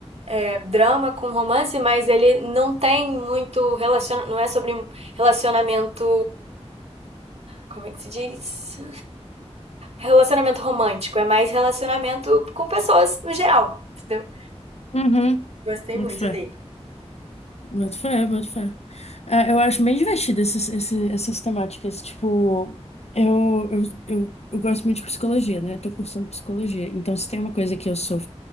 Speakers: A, on the right; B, on the left.
A: é drama com romance, mas ele não tem muito relaciona, não é sobre relacionamento, como é que se diz? relacionamento romântico, é mais relacionamento com pessoas no geral, entendeu?
B: Uhum,
A: Gostei
B: boto
A: muito
B: fé.
A: dele.
B: Boto fé, boto fé. Ah, eu acho bem divertido esses, esse- essas temáticas. Tipo, eu, eu, eu, eu gosto muito de psicologia, né? Eu tô cursando psicologia. Então, se tem uma coisa que eu sou